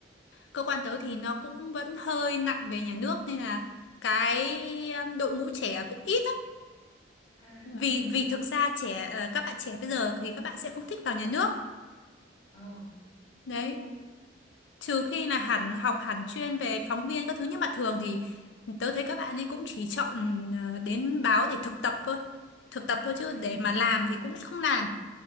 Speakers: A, on the left; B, on the left.
A: cơ quan tớ thì nó cũng vẫn hơi nặng về nhà nước nên là cái um, đội ngũ trẻ cũng ít
B: À
A: vì
B: thế à?
A: vì thực ra trẻ ờ, các bạn trẻ bây giờ thì các bạn sẽ không thích vào nhà nước
B: Ờ,
A: đấy
B: cũng đúng.
A: trừ khi là hẳn học hẳn chuyên về phóng viên các thứ nhưng mà thường thì tớ thấy các bạn ấy cũng chỉ chọn ờ, đến báo để thực tập thôi thực tập thôi chứ
B: À,
A: để mà làm thì cũng lại không làm